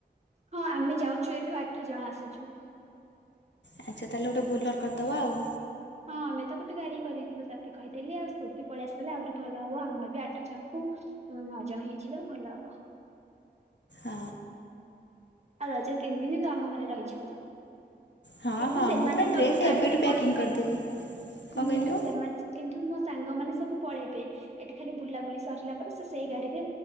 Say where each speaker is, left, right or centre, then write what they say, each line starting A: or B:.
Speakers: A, on the right (about 40°); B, on the left (about 80°).
A: ହଁ ଆମେ ଯାଉଛୁ ଏଠୁ ଆଠ ଜଣ ଆସିଛୁ।
B: ଆଚ୍ଛା ତାହେଲେ ଗୋଟେ ବୋଲର କରିଦବା ଆଉ।
A: ହଁ ଆମେ ତ ଗୋଟେ ଗାଡି କରିଥିଲୁ ତତେ କହିଦେଲି ଆଉ ସବୁ ବି ପଳେଇ ଆସିଲା ଆହୁରି ଭଲ ହବ ଆମର ବି ଆଠ ଜଣଙ୍କୁ ତୁ ନଅ ଜଣ ହେଇଯିବା ଭଲ ହବ।
B: ଆ।
A: ଆଉ ରଜ ତିନି ଦିନ ତୁ ଆମ ଘରେ ରହିଯିବୁ।
B: ହଁ
A: କିନ୍ତୁ
B: ହଁ
A: ସେମାନେ
B: ମୁଁ ପୁରା
A: ସବୁ
B: ଡ୍ରେସ୍
A: ଗାଡିରେ
B: ଏବେଠୁ ପ୍ୟାକିଂ
A: ପଳେଇବେ
B: କରିଦେବି। କଣ
A: ହୁଁ
B: କହିଲୁ?
A: ସେମାନେ କିନ୍ତୁ ମୋ ସାଙ୍ଗମାନେ ସବୁ ପଳେଇବେ ଏଠି ଖାଲି ବୁଲାବୁଲି ସରିଲା ପରେ ସେ ସେଇ ଗାଡିରେ